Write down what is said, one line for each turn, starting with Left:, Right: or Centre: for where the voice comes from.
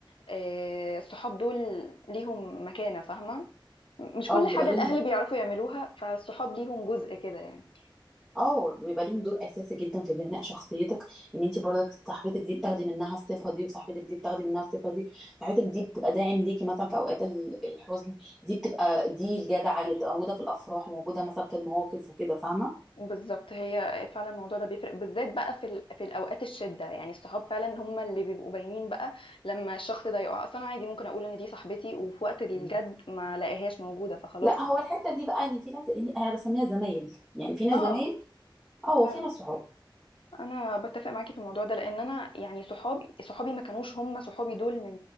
Left: آه، الصحاب دول ليهم مكانة فاهمة مش كل
Centre: او
Left: حاجة
Centre: بيبقى ليهم
Left: الأهل بيعرفوا يعملوها فالصحاب ليهم جزء كده يعني
Centre: اه بيبقى ليهم دور اساسي جدا في بناء شخصيتك ان انت برضك صاحبتك دي بتاخدي منها الصفه دي وصاحبتك دي بتاخدي منها الصفه دي صاحبتك دي بتبقى داعم ليكي مثلا في اوقات ال- الحزن دي بتبقى دي الجدعه اللي بتبقى موجوده في الافراح وموجوده مثلا في المواقف وكده فاهمه
Left: بالظبط هي فعلا الموضوع ده بيفرق بالذات بقى في ال... في الأوقات الشدة يعني الصحاب فعلا هم اللي بيبقوا باينين بقى لما الشخص ده يقع أصلا عادي ممكن أقول إن دي صاحبتي وفي وقت الجد
Centre: مم.
Left: ما لاقيهاش موجودة فخلاص
Centre: لا هو
Left: ما
Centre: الحته دي بقى ان في ناس إيه، انا بسميها زمايل يعني في ناس
Left: اه
Centre: زمايل اه وفي
Left: فعلا
Centre: ناس صحاب
Left: انا بتفق معاكي في الموضوع ده لان انا يعني صحابي صحابي ما كانوش هم صحابي دول من